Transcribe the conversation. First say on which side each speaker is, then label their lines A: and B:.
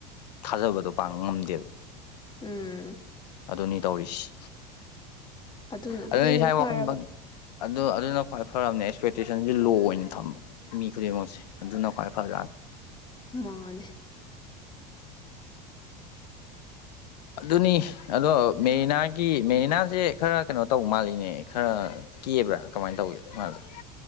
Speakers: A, on the left; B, on the left.
A: ꯊꯥꯖꯕꯗꯣ ꯄꯥꯡꯅ ꯉꯝꯗꯦꯕ
B: ꯎꯝ
A: ꯑꯗꯨꯅꯤ ꯇꯧꯔꯤꯁꯤ
B: ꯑꯗꯨꯅꯕꯨꯗꯤ
A: ꯑꯗꯨꯅ
B: ꯑꯃꯨꯛ
A: ꯏꯁꯥꯒꯤ
B: ꯐꯔꯕ
A: ꯋꯥꯈꯜ <unintelligible> ꯑꯗꯨ ꯑꯗꯨꯅ ꯈ꯭ꯋꯥꯏ ꯐꯔꯕꯅꯦ ꯑꯦꯛꯁꯄꯦꯛꯇꯦꯁꯟꯁꯤ ꯂꯣ ꯑꯣꯏꯅ ꯊꯝꯕ ꯃꯤ ꯈꯨꯗꯤꯡꯃꯛꯁꯦ ꯑꯗꯨꯅ ꯈ꯭ꯋꯥꯏ ꯐꯖꯅꯤ
B: ꯃꯥꯅꯦ
A: ꯑꯗꯨꯅꯤ ꯑꯗꯣ ꯃꯦꯔꯤꯅꯥꯒꯤ ꯃꯦꯔꯤꯅꯥꯁꯦ ꯈꯔ ꯀꯩꯅꯣ ꯇꯧꯕ ꯃꯥꯜꯂꯤꯅꯦ ꯈꯔ ꯀꯦꯕ꯭ꯔꯥ ꯀꯃꯥꯏꯅ ꯇꯧꯏ ꯃꯥꯁꯦ